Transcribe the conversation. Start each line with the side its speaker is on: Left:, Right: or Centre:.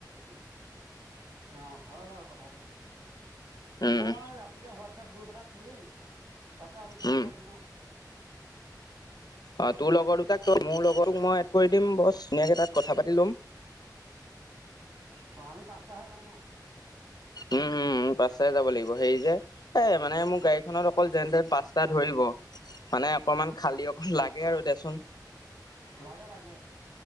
Right: উ, অ' হয় বাৰু কথাটো।
Left: উম
Right: মই ৰাতিকে হোৱাটছআপ গ্ৰুপ এটা খুলিম, তাতে আলোচনা
Left: উম
Right: কৰিম ন?
Left: অ' তোৰ লগৰ দুটাক ত মোৰ লগৰটোক মই এড কৰি দিম, বছ ধুনীয়াকে তাত কথা পাতি ল'ম।
Right: অ' আমি পাঁচটাহে যাম ন?
Left: উম উম। উম পাঁচটাই যাব লাগিব। সেই যে এ মানে মোৰ গাড়ীখনত অকল যেন-তেন পাঁচটা ধৰিব। মানে অকমান খালী অকন লাগে আৰু দেচোন।
Right: লাগে লাগে।